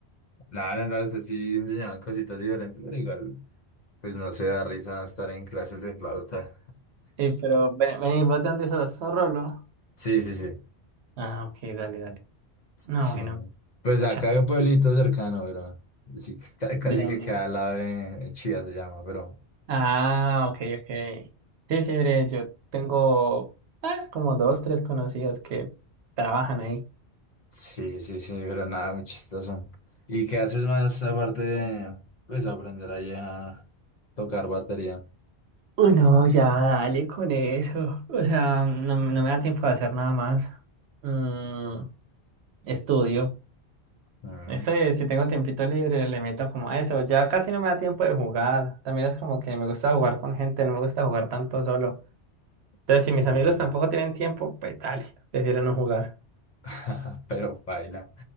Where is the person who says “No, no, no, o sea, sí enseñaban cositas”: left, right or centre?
Left